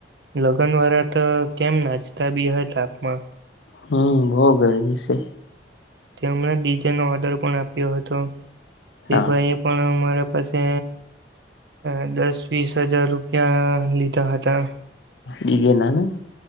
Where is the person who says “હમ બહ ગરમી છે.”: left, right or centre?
Left